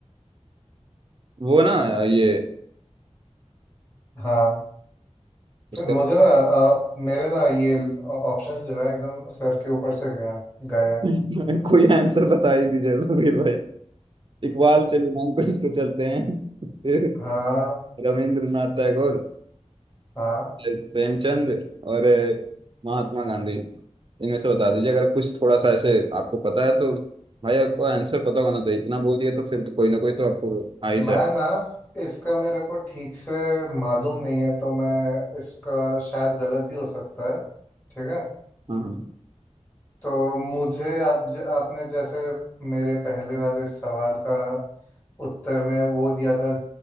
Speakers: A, on the right (about 45°); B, on the left (about 15°).
A: वो ना ये
B: हाँ
A: उसका
B: तो मुझे ना अ, मेरे ना ये ऑप्शंस जो है एकदम सर के ऊपर से गए हैं गए हैं
A: <laughs> कोई आंसर बता ही दीजिए सुबीर भाई इकबाल चलो नाम को इसको चलते हैं फिर
B: हाँ
A: रविंद्रनाथ टैगोर
B: हाँ
A: फिर प्रेमचंद और अ, महात्मा गांधी इनमें से बता दीजिए अगर कुछ थोड़ा सा ऐसे आपको पता है तो भाई आपको आंसर पता होना चाहिए इतना बोल दिया तो फिर तो कोई ना कोई तो आपको आ ही जाए
B: मैं ना इसका मेरे को ठीक से मालूम नहीं है तो मैं इसका शायद गलत भी हो सकता है ठीक है
A: हाँ हाँ
B: तो मुझे आप ज, आपने जैसे मेरे पहले वाले सवाल का उत्तर में वो दिया था